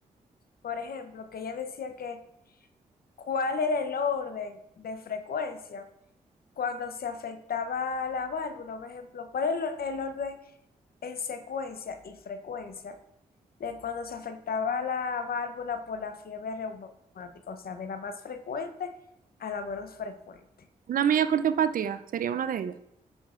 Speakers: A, on the left; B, on the right.
A: por ejemplo, que ella decía que cuál era el orden de frecuencia cuando se afectaba la válvula, por ejemplo, cuál era el el orden en secuencia y frecuencia de cuando se afectaba la válvula por la fiebre reumática, o sea, de la más frecuente a la menos frecuente.
B: Una miocardiopatía sería una de ellas.